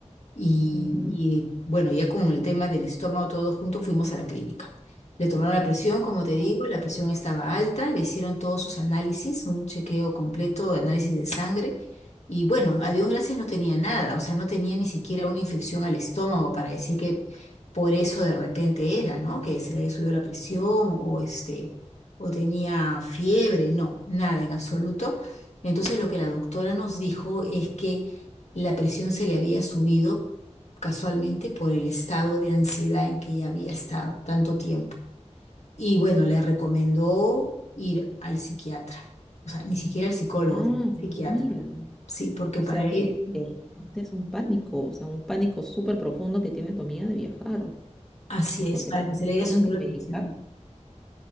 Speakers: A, on the left; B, in the centre.
A: Y,
B: Ujú.
A: y, bueno, ya con el tema del estómago todos juntos fuimos a la clínica. Le tomaron la presión, como te digo,
B: Wao.
A: la presión estaba alta, le hicieron todos sus análisis, un chequeo completo de análisis de sangre. Y bueno, a Dios gracias no tenía nada, o sea, no tenía ni siquiera una infección al estómago para decir que por eso de repente era, ¿no? Que se le había subido la presión o este, o tenía fiebre, no, nada en absoluto. Entonces lo que la doctora nos dijo es que la presión se le había subido casualmente por el estado de ansiedad en que ella había estado tanto tiempo. Y bueno, le recomendó ir al psiquiatra, o sea, ni siquiera al psicólogo,
B: Ah, mira.
A: psiquiatra. Sí, porque
B: O
A: para
B: sea
A: él,
B: que, que realmente es un pánico, o sea, un pánico súper profundo que tiene tu amiga de viajar,
A: así es,
B: porque
A: para
B: para
A: que
B: que
A: se
B: la
A: le haya
B: tengan
A: subido
B: que
A: la
B: medicar,
A: presión.